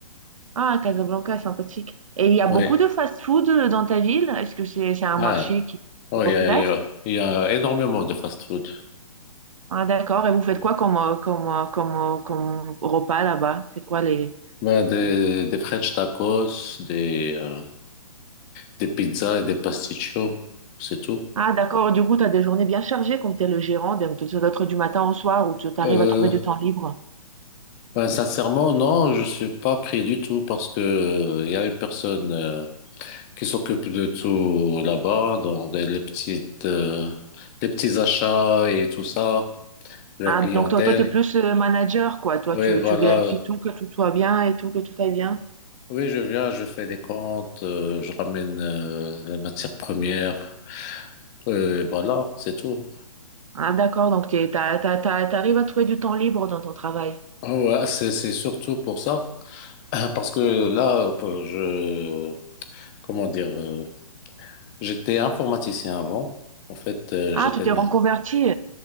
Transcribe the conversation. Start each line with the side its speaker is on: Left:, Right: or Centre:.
Right: Ah, Casablanca, sympathique. Et il y a beaucoup
Left: Oui.
Right: de fast-food euh, dans ta ville? Est-ce que c'est c'est un
Left: Ouais.
Right: marché qui
Left: Oh,
Right: est populaire?
Left: il y a, il y a- il y a énormément de fast-food.
Right: Ah, d'accord. Et vous faites
Left: Mm.
Right: quoi comme, euh, comme, euh, comme, euh, comme repas là-bas? C'est quoi les...
Left: Ben, des,
Right: les-
Left: des French tacos, des, euh, des pizzas et des pasticcios, c'est tout.
Right: Ah, d'accord. Du coup, tu as des journées bien chargées comme tu es le gérant, donc tu dois être du matin au soir où tu arrives
Left: Euh,
Right: à trouver du temps libre.
Left: ben, sincèrement, non, je suis pas pris du tout parce que il y a une personne euh, qui s'occupe de tout là-bas, dans des- les petites, euh, les petits achats et tout ça, la
Right: Ah,
Left: clientèle.
Right: donc toi, toi, tu es plus euh, manager, quoi. Toi,
Left: Oui,
Right: tu,
Left: voilà.
Right: tu vérifies tout, que tout soit bien et tout, que tout aille bien.
Left: Oui, je viens, je fais des comptes, euh, je ramène euh, les matières premières, euh, et voilà, c'est tout.
Right: Ah, d'accord. Donc, tu arrives à trouver du temps libre dans ton travail.
Left: Ah Ouais, c'est c'est surtout pour ça, <clears throat> parce que là, euh, je, comment dire, euh, j'étais informaticien avant. En fait, euh,
Right: Ah,
Left: j'étais.
Right: tu t'es reconverti.